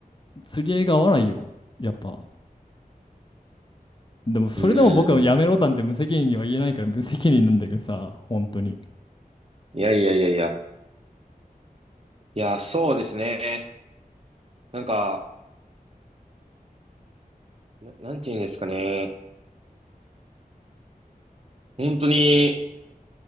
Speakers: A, on the left; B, on the right.
A: 釣り合いが合わないよ。やっぱ。でも、それでも僕はやめろなんて無責任には言えないから無責任なんだけどさ、
B: い。うん。
A: 本当に。
B: いやいやいやいや。いや、そうですね。なんか、な、なんて言うんですかね。本当に、